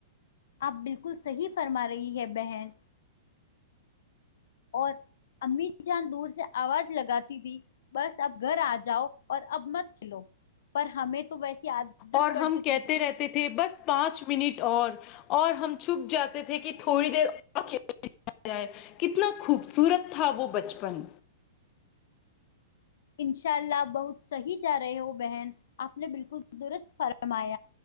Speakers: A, on the left (about 70°); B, on the left (about 35°).
A: آپ بالکل صحیح فرما رہی ہے بہن اور امی جان دور سے آواز لگاتی تھی بس اب گھر آ جاؤ اور اب مت کھلو پر ہمیں تو ویسے عدت
B: اور
A: پڑ
B: ہم
A: چکی
B: کہتے
A: تھی
B: رہتے تھے بس پانچ منٹ اور اور ہم چھپ جاتے تھے کہ تھوڑی دیر اورھی جائے کتنا خوبصورت تھا وہ بچپن
A: انشاء اللہ آپ بہت صحیح چاہ رہے ہو بہن آپ نے بالکل درست فرم آج